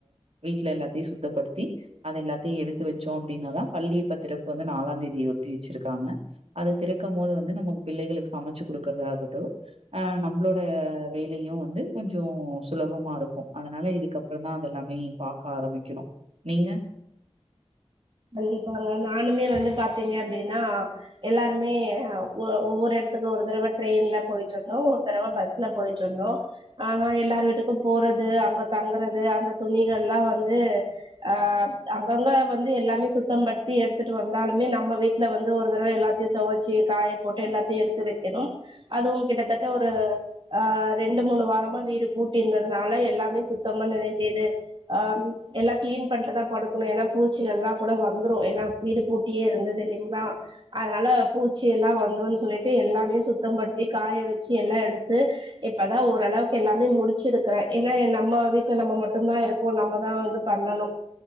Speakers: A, on the right; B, on the right.
A: வீட்ல எல்லாத்தையு சுத்தப்படுத்தி அது எல்லாத்தையு எடுத்து வெச்சோ அப்டீன்னாதா பள்ளி இப்ப திறப்பு வந்து நாலாந் தேதி ஒத்தி வெச்சிருக்காங்க அத திறக்கும் போது வந்து நமக்கு பிள்ளைகளுக்கு சமைச்சு குடுக்குறதாகட்டோ அ நம்பளோட வேலையு வந்து கொஞ்சோ சுலபமா இருக்கோ அதனால இதுக்கப்புறோந்தா அதெல்லாமே பாக்க ஆரம்பிக்கணோ நீங்க
B: கண்டிப்பாங்க நானுமே வந்து பாத்தீங்க அப்டீன்னா எல்லாருமே ஒ ஒவ்வோரு எடத்துக்கு ஒரு தடவ ட்ரெயின்ல போயிட்ருந்தோ ஒரு தடவ பஸ் ல போயிட்ருந்தோ ஆ எல்லார் வீட்டுக்கும் போறது அங்க தங்கறது அந்த துணிகள்லா வந்து அ அங்கங்க வந் து எல்லாமே சுத்தம் படுத்தி எடுத்துட்டு வந்தாலுமே நம்ம வீட்ல வந்து ஒரு தடவ எல்லாத்தையு தொவச்சி காய போட்டு எல்லாத்தையு எடுத்து வெக்கணோ அதுவு கிட்டத்தட்ட ஒரு ஆ ரெண்டு மூணு வாரமா வீடு பூட்டி இருந்ததுனால எல்லாமே சுத்தம் பண்ண வேண்டியது ஆம் எல்லா கிளீன் பண்ட்டுதா படுக்கணோ ஏனா பூச்சி எல்லா கூட வந்துரோ ஏன்னா வீடு பூட்டியே இருந்துது இல்லீங்ளா அதனால பூச்சி எல்லா வந்துரோன்னு சொல்லிட்டு எல்லாமே சுத்தம் படுத்தி காய வெச்சி எல்லா எடுத்து இப்பதா ஓரளவுக்கு எல்லாமே முடிச்சுருக்குறே ஏன்னா நம்ம வீட்ல நம்ம மட்டுந்தா இருக் அப்போ நம்மோதா வந்து பண்ணனோ